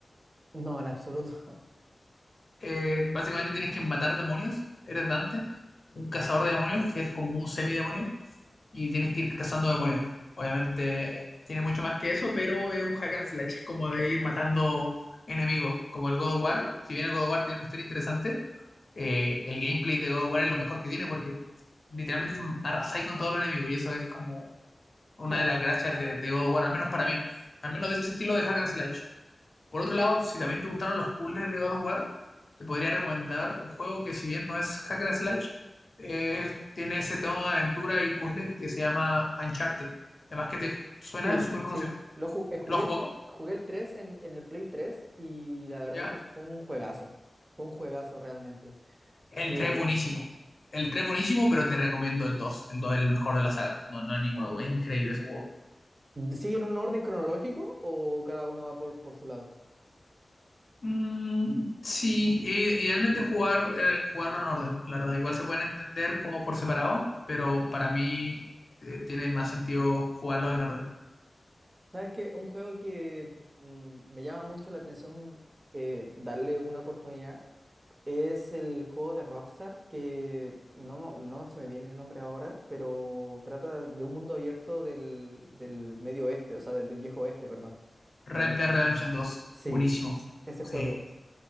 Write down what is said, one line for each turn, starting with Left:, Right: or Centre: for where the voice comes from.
Right: No, en absoluto.
Left: Eh, básicamente tienes que matar demonios. Eres Dante, un cazador de demonios que es como un semidemonio y tienes que ir cazando demonios. Obviamente eh, tiene mucho más que eso, pero es un hack and slash, es como de ir matando enemigos, como el God of War. Si bien el God of War tiene una historia interesante, eh, el gameplay de God of War es lo mejor que tiene porque literalmente arrasáis con todos los enemigos y eso es como una
Right: <laughs>
Left: de las gracias de, de God of War, al menos para mí, al menos de ese estilo de hack and slash. Por otro lado, si también te gustaron los puzzles de God of War, te podría recomendar un juego que si bien no es hack and slash, eh, tiene ese tono de aventura y puzzles que se llama Uncharted. Además que te suena,
Right: Sí,
Left: es súper
Right: sí.
Left: conocido.
Right: Lo ju- eh, jugué
Left: ¿Lo has
Right: el,
Left: jugado?
Right: jugué el 3 en, en el Play 3 y la verdad
Left: ¿Ya?
Right: es que fue un juegazo. Fue un juegazo realmente.
Left: El
Right: Eh,
Left: 3 es buenísimo. El tres buenísimo, pero te recomiendo el 2. El 2 es el mejor de la saga. No, no hay ninguna duda. Es increíble ese juego.
Right: ¿siguen un orden cronológico o cada uno va por, por su lado?
Left: Mm, sí, i- idealmente jugar, eh, jugarlo en orden, la verdad. Igual se pueden entender como por separado, pero para mí eh, tiene más sentido jugarlo en orden.
Right: ¿Sabes qué? Un juego que mm, me llama mucho la atención eh, darle una oportunidad es el juego de Rockstar, que no, no se me viene el nombre ahora, pero trata de un mundo abierto del, del medio oeste, o sea, del del viejo oeste, perdón.
Left: Red
Right: No-
Left: Dead Redemption 2,
Right: sí.
Left: buenísimo.
Right: Ese
Left: Sí,
Right: juego.